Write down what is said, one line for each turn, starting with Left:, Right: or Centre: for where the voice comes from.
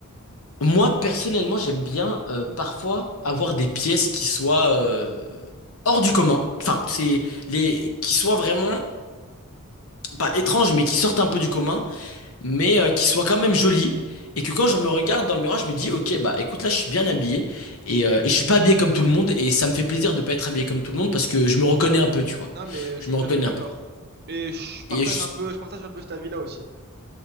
Left: Moi, personnellement, j'aime bien euh, parfois avoir des pièces qui soient euh, hors du commun. Enfin, c'est les qui soient vraiment pas étranges, mais qui sortent un peu du commun. mais euh, qui soit quand même jolie. Et que quand je me regarde dans le miroir, je me dis, ok, bah écoute, là, je suis bien habillé. Et, euh,
Right: Mhm.
Left: et je suis pas habillé comme tout le monde. Et ça me fait plaisir de pas être habillé comme tout le monde parce que je me reconnais un peu, tu vois.
Right: Non, mais
Left: Je
Right: je suis
Left: me
Right: tout
Left: reconnais
Right: à fait d'accord.
Left: un peu.
Right: Et je partage
Left: Et juste...
Right: un peu, je partage un peu cet avis-là aussi.